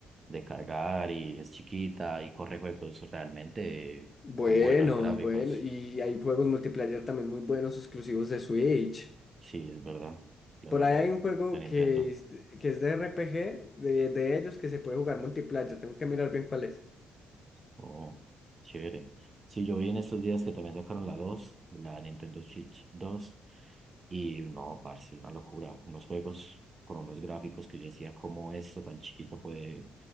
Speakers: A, on the right; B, on the left.
A: de cargar y es chiquita y corre juegos realmente
B: buenos,
A: con buenos gráficos.
B: bueno, y hay juegos multiplayer también muy buenos exclusivos de Switch.
A: Sí, es verdad. Claro,
B: Por ahí
A: ya,
B: hay un juego
A: ya Nintendo.
B: que es, que es de RPG, de, de ellos, que se puede jugar multiplayer. Tengo que mirar bien cuál es.
A: Oh, chévere. Sí, yo vi en estos días que también sacaron la 2, la Nintendo Switch dos y no, parce, una locura. Unos juegos con unos gráficos que yo decía, ¿cómo esto tan chiquito puede